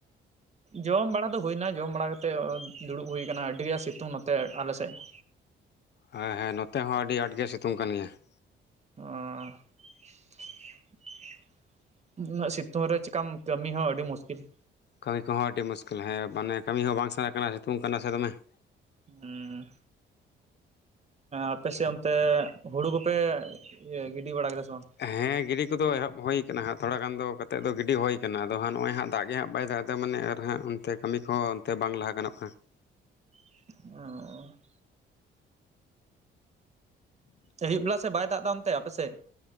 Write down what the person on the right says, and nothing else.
ᱡᱚᱢ ᱵᱟᱲᱟ ᱫᱚ ᱦᱩᱭᱱᱟ ᱡᱚᱢ ᱵᱟᱲᱟ ᱠᱟᱛᱮᱫ ᱫᱩᱲᱩᱵ ᱦᱩᱭ ᱠᱟᱱᱟ ᱟᱹᱰᱤ ᱟᱴ ᱥᱤᱛᱩᱝ ᱱᱚᱛᱮ ᱟᱞᱮ ᱥᱮᱫ ᱾
<unintelligible> ᱩᱱᱟᱹᱜ ᱥᱤᱛᱩᱝ ᱨᱮ ᱪᱮᱠᱟᱢ ᱠᱟᱹᱢᱤ ᱦᱚᱸ ᱟᱹᱰᱤ ᱢᱩᱥᱠᱤᱞ ᱾
ᱦᱩ ᱟᱯᱮᱥᱮᱫ ᱚᱱᱛᱮ ᱦᱩᱲᱩ ᱠᱚᱯᱮ ᱜᱤᱰᱤ ᱵᱟᱲᱟ ᱠᱮᱫᱟ ᱥᱮ ᱵᱟᱝ?
<unintelligible> ᱟᱹ ᱟᱭᱵ ᱵᱮᱞᱟ ᱵᱟᱭ ᱫᱟᱜ ᱫᱟ ᱟᱯᱮ ᱥᱮᱫ